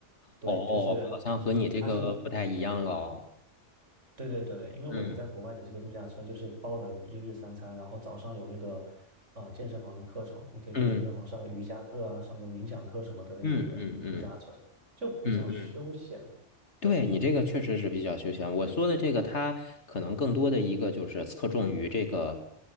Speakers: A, on the right; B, on the left.
A: 对，
B: 哦，
A: 就是
B: 好像和你这个不太一样了哦。
A: 它是对对对，因为我在国外的这个度假村就是包了你一日三餐，
B: 嗯
A: 然后早上有那个呃健身房的课程，你可以去健身房上个瑜伽课啊，
B: 嗯
A: 上个冥想课什么的那种的度假村，
B: 嗯嗯嗯
A: 就比较休闲，
B: 嗯嗯。嗯
A: 对，
B: 对你这个确实是比较休闲。我说的这个，它可能更多的一个就是侧重于这个，